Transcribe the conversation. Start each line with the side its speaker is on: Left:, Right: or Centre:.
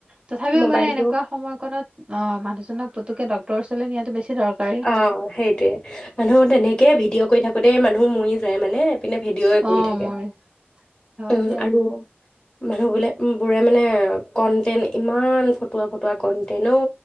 Right: তথাপিও
Left: মোবাইলটো
Right: মানে এনেকুৱা সময়কত অ', মানুহজনক পুতুকে ডক ডক্তৰৰ ওচৰলৈ নিয়াটো বেছি দৰকাৰী
Left: অ', সেইটোয়ে মানুহ তেনেকে ভিডিঅ' কৰি থাকো তেই মানুহ মৰি যায় মানে পিনে ভিডিঅ'ৱে কৰি
Right: অ
Left: থাকে।
Right: মোৰ হয়
Left: উম
Right: দিয়া
Left: আৰু মানুহবিলাক বোৰে মানে, কন্টেন্ট ইমান ফটুৱা ফটুৱা কন্টেন্ট ও।